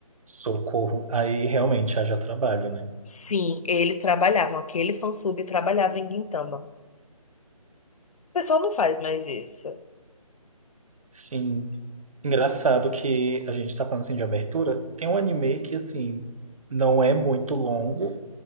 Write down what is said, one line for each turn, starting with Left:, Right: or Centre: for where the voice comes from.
Right: Socorro. Aí realmente haja trabalho, né?
Left: Sim, eles trabalhavam. Aquele fansub trabalhava em Gintama. O pessoal não faz mais isso.
Right: Sim. Engraçado que a gente tá falando assim de abertura. Tem um anime que, assim, não é muito longo